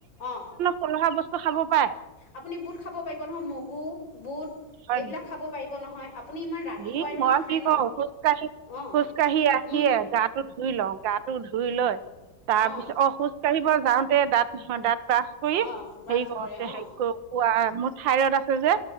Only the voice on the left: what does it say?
অ
আপুনি বুট খাব পাৰিব নহয় মগু বুট।
এইবিলাক
খাব পাৰিব নহয়। আপুনি ইমান ৰাতিপুৱাইতো
নাখায়
ন
অঁ
উম
অঁ
অঁ ব্ৰাছ
কৰে অঁ